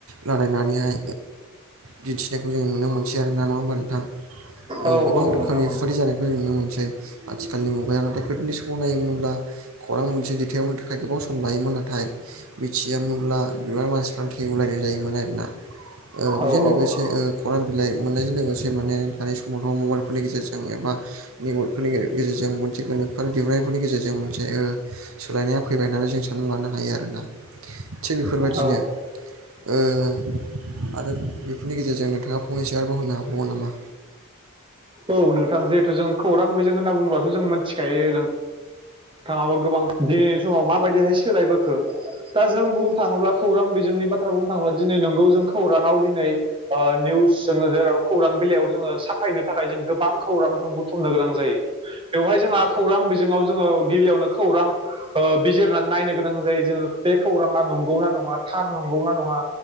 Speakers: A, on the right (about 65°); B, on the right (about 25°).
A: रालायनानैहाय दिन्थिनायखौ जों नुनो मोनसै आरो ना नङा होमबा नोंथां?
B: औ
A: गोबां
B: औ नोंथां
A: रोखोमनि
B: नंगौ
A: बेफोरदि जानाय नुनो मोनसै आथिखालनि मुगाया नाथाय गोदोनि समाव नायोमोनब्ला खौरां मोनसे दैेथायहरनो था गोबाव सम लायोमोन नाथाय बिथियोनब्ला बिबार मानसिफ्रा थेवलायनाय मोन आरोना बेजों
B: औ औ
A: लोगोसे ओ खौरां बिलाइ मोननायजों लोगोसे माने दानि समावथ' मबाइलफोरनि गेजेरजों एबा नेकफोरनि गेजेरजों मोनसे गोनोखोआर दिहुननायफोरनि गेजेरजों मोनसे ओ सोलायनाया फैबाय होननानै जों सानना लानो हायो आरोना। थिग बेफोरबायदिनो
B: औ
A: आरो बेफोरनि गेजेरजों नोंथाङा फंनैसोयब होनो हाबावगोन नामा?
B: औ नोंथां जिहेथु जों खौरां बिजों होनना बुंलाथ' जों मिथिखायो नों थाङाबो गोबां दिनैनि समाव माबायदिहाय सोलायबो खो दा जों बुंनो थाङोब्ला खौरां बिजोंनि बाथ्रा बुंनो थाङोब्ला दिनै नंगौ जों खौराङाव दिनै ओ निउस जोङो जेराव खौरां बिलाइ जोङो साायनो नि थाखाय जों गोबां खौरां जों बुथुमनो गोनां जायो। बेवहाय जोंहा खौरां बिजोङाव जोङो गिबियावनो खौरां ओ बिजिरनानै नायनो गोनां जायो जोङो बे खौराङा नंगौनाा नङा थार नंगौना नङा।